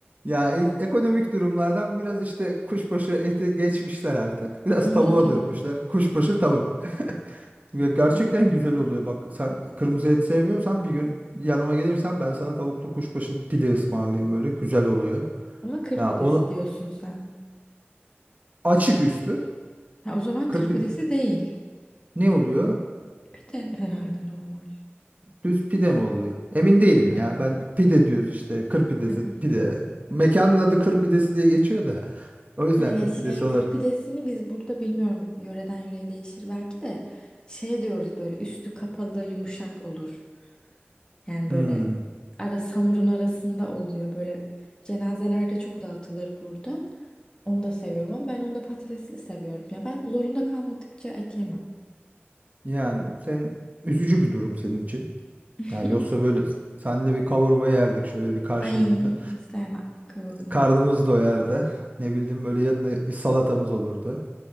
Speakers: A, on the right (about 35°); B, on the left (about 20°).
A: Ya ilk ekonomik durumlardan biraz işte kuşbaşı eti geçmişler artık. Biraz
B: <laughs>
A: tavuğa dönmüşler. Kuşbaşı tavuk. <laughs> Ve gerçekten
B: Ya.
A: güzel oluyor. Bak sen kırmızı et sevmiyorsan bir gün yanıma gelirsen ben sana tavuklu kuşbaşı pide ısmarlayayım böyle. Güzel oluyor.
B: Ama kır
A: Ya
B: pidesi
A: onu
B: diyorsun sen.
A: açık üstü.
B: Ha, o zaman
A: Kır
B: kır
A: pide.
B: pidesi değil.
A: Ne oluyor?
B: Pide herhalde normal.
A: Düz pide mi oluyor? Emin değilim
B: Aynen.
A: ya. Ben pide diyoruz işte. Kır pidesi,
B: Hmm.
A: pide. Mekanın adı kır pidesi diye geçiyor da. O yüzden
B: Ha, ya
A: kır
B: şey
A: pidesi olur.
B: kır pidesini biz burada bilmiyorum yöreden yöreye değişir belki de şey diyoruz böyle üstü kapalı yumuşak olur. Yani
A: Hmm.
B: böyle ara hamurun arasında oluyor böyle cenazelerde çok dağıtılır burada. Onu da seviyorum ama ben onu da patatesli seviyorum ya ben zorunda kalmadıkça et yemem.
A: Yani sen üzücü bir durum senin için.
B: <laughs>
A: Yani yoksa böyle seninle bir kavurma yerdik şöyle bir karşılıklı.
B: Ay hiç sevmem kavurma.
A: Karnımız doyardı. Ne bileyim böyle yanına bir salatamız olurdu.